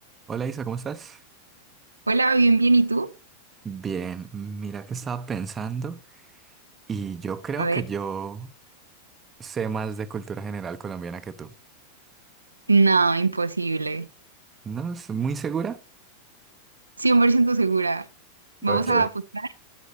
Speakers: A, on the right; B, on the right.
A: Hola Isa, ¿cómo estás?
B: Hola, bien, bien, ¿y tú?
A: Bien, mira que estaba pensando y yo creo
B: A ver,
A: que yo sé más de cultura general colombiana que tú.
B: No, imposible.
A: ¿No es muy segura?
B: cien por ciento segura. Vamos
A: Ok.
B: a apostar.